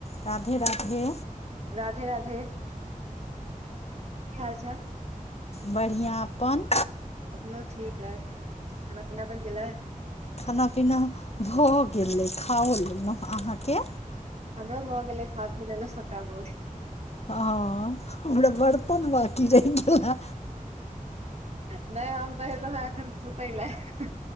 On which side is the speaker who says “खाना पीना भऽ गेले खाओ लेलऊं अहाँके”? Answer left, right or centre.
Left